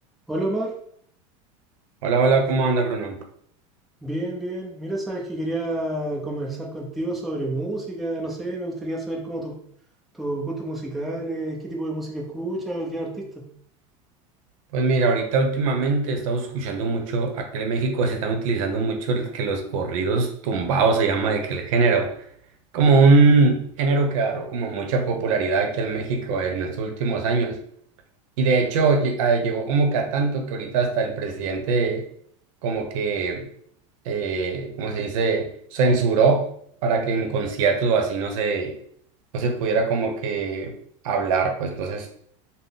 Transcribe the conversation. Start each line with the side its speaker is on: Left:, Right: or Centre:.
Centre: Hola Omar,
Right: Hola, hola, ¿cómo anda Bruno?
Centre: bien, bien. Mira, sabes que quería conversar contigo sobre música, no sé, me gustaría saber cómo tus tus gustos musicales, qué tipo de música escuchas o qué artista.
Right: Pues mira, ahorita últimamente he estado escuchando mucho, aquí en México se están utilizando mucho el- que los corridos tumbados se llama de que el género, como un género que agarró como mucha popularidad aquí en México en estos últimos años. Y de hecho lle- ah, llegó como que a tanto que ahorita hasta el presidente como que, eh, ¿cómo se dice? Censuró para que en conciertos o así no se, no se pudiera como que hablar, pues entonces...